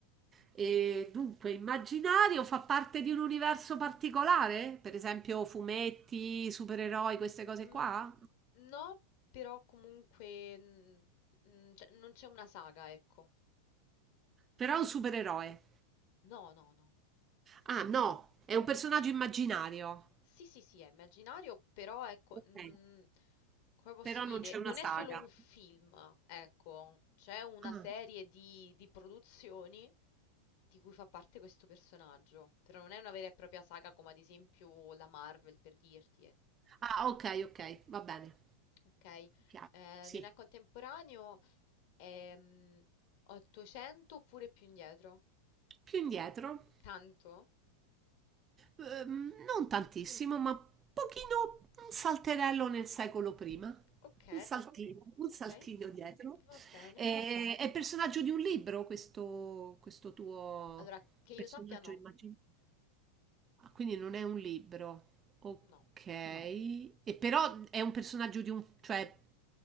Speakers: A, on the right; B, on the left.
A: E dunque, immaginario fa parte di un universo particolare? Per esempio, fumetti, supereroi, queste cose
B: Mm,
A: qua?
B: no, però comunque mm, mm, cioè, non c'è una saga, ecco.
A: Però è un supereroe.
B: No, no, no.
A: Ah, no, è un personaggio immaginario.
B: Sì, sì, sì, è immaginario, però ecco,
A: Okay,
B: mm, come posso
A: però
B: dire,
A: non c'è una
B: non
A: saga.
B: è solo un film, ecco, c'è una
A: Ah.
B: serie di, di produzioni di cui fa parte questo personaggio, però non è una vera e propria saga come ad esempio la Marvel, per dirti, eh,
A: Ah, okay, okay, va bene,
B: ok? Eh,
A: chiaro. Sì.
B: non è contemporaneo, è mm, 800 oppure più indietro.
A: Più indietro?
B: Tanto?
A: Uhm, non tantissimo, ma pochino un salterello nel secolo prima. Un
B: Ok,
A: Okay. saltino, un saltino
B: ok,
A: dietro.
B: va bene.
A: Ehm, è personaggio di un libro questo questo tuo
B: Allora, che io
A: personaggio
B: sappia no,
A: immaginario? Ah, quindi non è un libro. Ok.
B: no.
A: No. E però è un personaggio di un... cioè